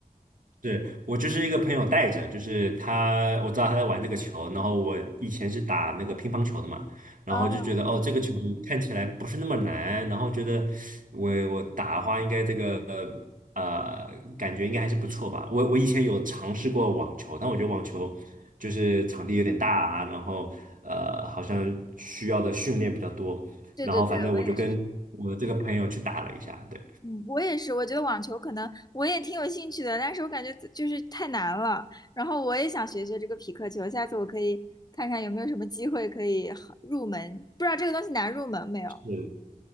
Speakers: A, on the right; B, on the left.
A: 对我就是一个朋友带着，就是他，我知道他在玩这个球，然后我以前是打那个乒乓球的嘛，然后就觉得哦，
B: 啊，
A: 这个球看起来不是那么难，然后觉得我我打的话应该这个呃感觉应该还是不错吧。我我以前有尝试过网球，但我觉得网球就是场地有点大啊，然后呃好像需要的训练比较多，
B: 对对对，
A: 然后反正我就跟我的这个朋友去打了一下，
B: 我也是，
A: 对。
B: 嗯，我也是，我觉得网球可能我也挺有兴趣的，但是我感觉就是太难了，然后我也想学学这个匹克球，下次我可以看看有没有什么机会可以好入门，不知道这个东西难入门没有，
A: 是。